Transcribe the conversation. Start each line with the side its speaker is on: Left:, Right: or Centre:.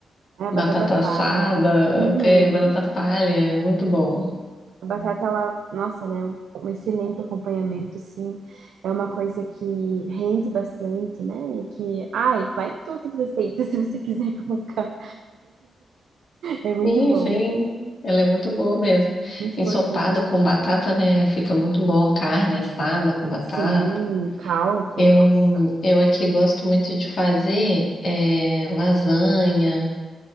Right: é a batata
Left: Batata assada,
Right: palha. Uhum.
Left: é, batata palha, é muito bom.
Right: A batata, ela, nossa, ela é um, um excelente acompanhamento, assim. É uma coisa que rende bastante, né? Que, ai, vai em todas as receitas <laughs> se você quiser colocar. É muito
Left: Sim,
Right: bom.
Left: sim. Ela é muito boa mesmo.
Right: Muito
Left: Ensopado
Right: bom em tudo.
Left: com batata, né? Fica muito bom carne assada com batata.
Right: Sim, caldo,
Left: Eu,
Right: nossa,
Left: eu aqui gosto muito de fazer eh, lasanha,